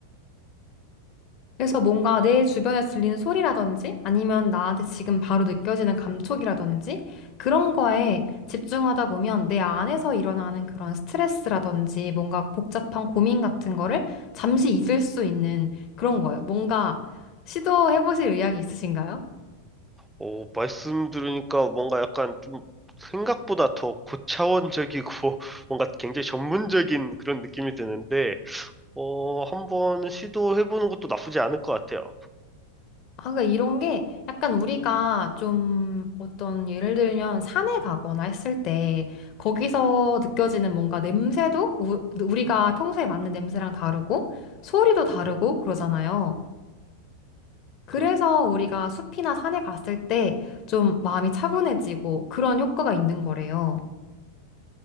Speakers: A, on the left; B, in the centre.
A: 그래서 뭔가 내 주변에 들리는 소리라든지 아니면 나한테 지금 바로 느껴지는 감촉이라든지 그런 거에 집중하다 보면 내 안에서 일어나는 그런 스트레스라든지 뭔가 복잡한 고민 같은 거를 잠시 잊을 수 있는 그런 거예요. 뭔가 시도해 보실 의향이 있으신가요?
B: 어, 말씀 들으니까 뭔가 약간 좀 생각보다 더 고차원적이고 <laughs> 뭔가 굉장히 전문적인 그런 느낌이 드는데, 어, 한번 시도해보는 것도 나쁘지 않을 것 같아요.
A: 아, 그러니까 이런 게 약간 우리가 좀 어떤 예를 들면 산에 가거나 했을 때 거기서 느껴지는 뭔가 냄새도 우, 우리가 평소에 맡는 냄새랑 다르고 소리도 다르고 그러잖아요. 그래서
B: 그,
A: 우리가 숲이나 산에 갔을 때 좀 마음이 차분해지고 그런 효과가 있는 거래요.